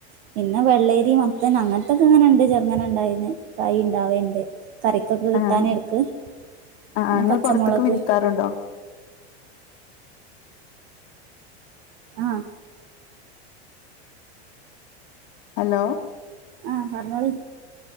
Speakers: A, on the right; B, on the left.
A: ക്കണ് പിന്നെ വെള്ളേരി മത്തൻ അങ്ങൻത്തെക്കെ ഇങ്ങനെ ഇണ്ട് ചെർങ്ങനെ ഇണ്ടായിന് കായി ഇണ്ടാവേണ്ട് കറികൊക്കെ കിട്ടാന്
B: ആഹ്
A: എട്ക്ക്
B: ആഹ്
A: പിന്നെ
B: നിങ്ങൾ
A: പച്ചമൊളക്
B: പുറത്തേക്ക് വിൽക്കാറുണ്ടോ
A: ആഹ്
B: ഹലോ
A: ആഹ് പർഞ്ഞോളിം